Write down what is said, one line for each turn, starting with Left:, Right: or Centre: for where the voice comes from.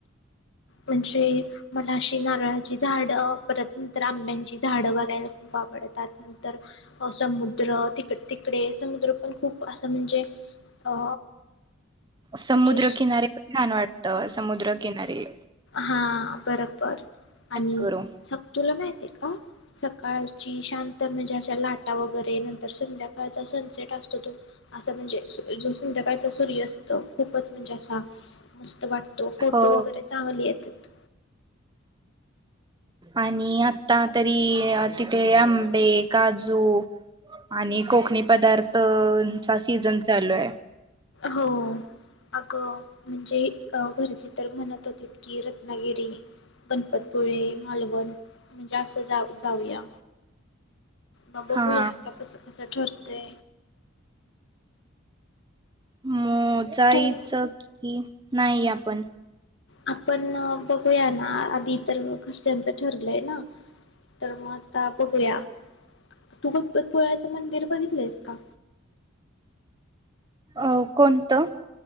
Left: म्हणजे मला अशी नारळाची झाड, परत नंतर आंब्यांची झाडं, बघायला खूप आवडत, नंतर समुद्र तिक तिकडे समुद्र पण खूप असं म्हणजे अ
Right: समुद्रकिनारे
Left: म्हणजे
Right: पण छान वाटत अस समुद्रकिनारीे
Left: हा बर बरं आणि
Right: करू
Left: <unintelligible> माहि ते का सकाळची शांत म्हणजे, अशा लाटा वगैरे नंतर संध्याकाळचा सनसेट असतो, तो असा म्हणजे, जो संध्याकाळचा सूर्यस्त खूपच म्हणजे, असा मस्त वाट तो फोटो
Right: हो
Left: वगैरे चांगली येत्यात.
Right: आणि आता तरी तिथे आंबे, काजू आणि कोकणी पदार्थचा सीझन चालू आहे.
Left: हो, अगं म्हणजे घरचे तर म्हणत होती. की रत्नागिरी, गणपतपुळे, मालवण म्हणजे, असं जाऊ जाऊया. मग बघूया
Right: हा
Left: आता कस क च ठरते.
Right: म जायचं
Left: तू
Right: की. नाही आपण.
Left: आपण बघूया ना, आधी तर घरच्यांचं ठरलंय ना, तर मग आता बघूया, तू गणपतीपुळे मंदिर बघितलंयस का.
Right: अ कोणतं.